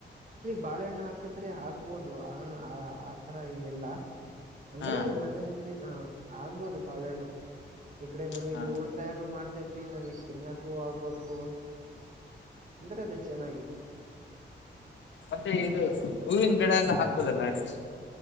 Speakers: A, on the right; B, on the left.
A: ಬಾಳೆಹಣ್ಣ ಹಾಕಿದ್ರೆ ಹಾಕ್ಬೋದು ಆ ಆತರ ಏನಿಲ್ಲ ಅಂದ್ರೆ
B: ಹಾ
A: ಮನೆಯಲ್ಲಿ ಹ ಆಗ್ಬೋದು ಪಳೆಣು ಈಕಡೆ ನಮಗ್
B: ಹಾ
A: ಉಳ್ತಾ ಏನ ಮಾಡ್ತ ೈತಿ ನಮಗ್ ಚಿನ್ನಕ್ಕೂ ಆಗ್ಬು ಹ ಅಂದ್ರೆ ಅದೇ ಚೆನ್ನಾಗಿ
B: ಮತ್ತೆ ಇದು ಹೂವಿನ ಗಿಡ ಎಲ್ಲ ಹಾಕ್ಬೋದಲ್ಲ ಅ ರೀ